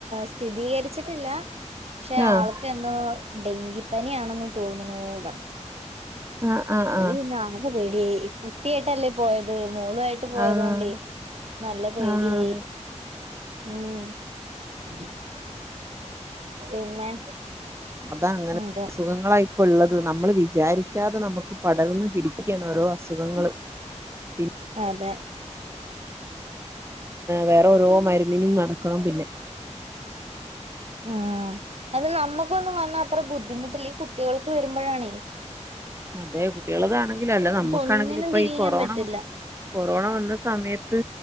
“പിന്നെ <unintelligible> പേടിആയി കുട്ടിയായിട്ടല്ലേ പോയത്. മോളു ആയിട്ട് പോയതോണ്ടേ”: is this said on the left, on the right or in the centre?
Right